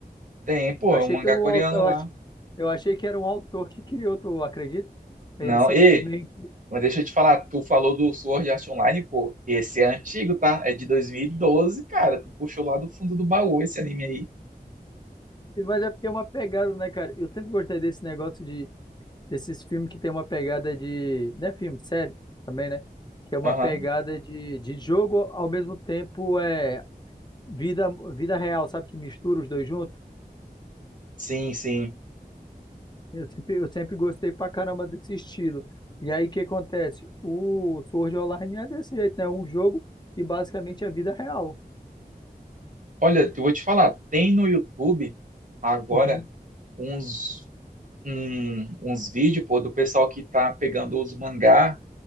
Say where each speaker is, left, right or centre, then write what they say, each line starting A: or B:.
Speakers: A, on the right; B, on the left.
A: Tem, pô,
B: Eu
A: é
B: achei
A: um mangá
B: que o
A: coreano
B: autor, eu
A: lá.
B: ach- eu achei que era um autor que criou, tu acredita?
A: Não,
B: Ele simplesmente,
A: e, mas deixa eu te falar, tu falou do Sword Art Online, pô. Esse é antigo, tá? É de 2012, cara. Tu puxou lá do fundo do baú esse anime aí.
B: mas é porque é uma pegada, né, cara? Eu sempre gostei desse negócio de Desses filmes que tem uma pegada de. Não é filme, série também, né? Que é uma
A: Aham.
B: pegada de, de jogo, ao mesmo tempo é vida, vida real, sabe? Que mistura os dois juntos.
A: Sim, sim.
B: Eu sempre, eu sempre gostei pra caramba desse estilo. E aí o que acontece? O Sword Online é desse jeito, né? É um jogo que basicamente é vida real.
A: Olha, eu vou te falar, tem no YouTube agora
B: Uhum,
A: uns, um- uns vídeos, pô, do pessoal que tá pegando os mangá